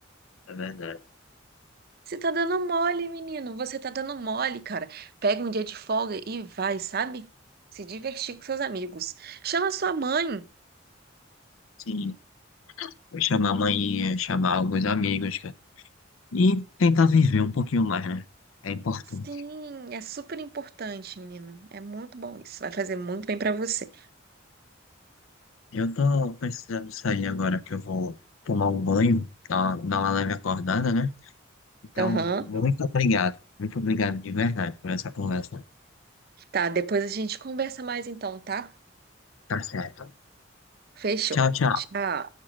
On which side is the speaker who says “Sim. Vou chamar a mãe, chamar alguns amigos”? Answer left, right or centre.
Left